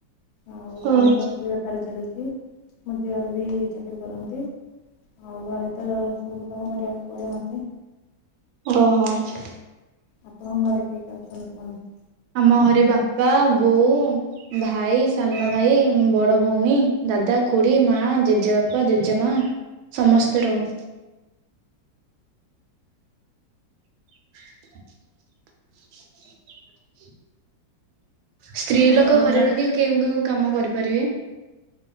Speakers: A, on the left; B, on the right.
A: ଆଉ ସ୍ଵାମୀଙ୍କର
B: ଓହୋ ଆଚ୍ଛା
A: ବି ବେପାର ଚାଲିଛି ମ ଦିଅର ବି ଚାକିରି କରନ୍ତି। ଆଉ ଘରେ ତ ସବୁ କାମ କରିବାକୁ ପଡ଼େ ମୋତେ
B: ଓହୋ ଆଛା
A: ଆପଣଙ୍କ ଘରେ କିଏ କିଏ ଅଛନ୍ତି କୁହନ୍ତୁ?
B: ଆମ ଘରେ ବାପା ବୋଉ ଭାଇ ସାନ ଭାଇ ବଡ ଭଉଣୀ ଦାଦା ଖୁଡି ମା ଜେଜେବାପା ଜେଜେମା ସମସ୍ତେ ରହୁ। <inaudible> ସ୍ତ୍ରୀ
A: ଆଉ
B: ଲୋକ
A: ରଜ
B: ଘରେ ରଖି କେଉ କେଉ କାମ କରିପାରିବେ?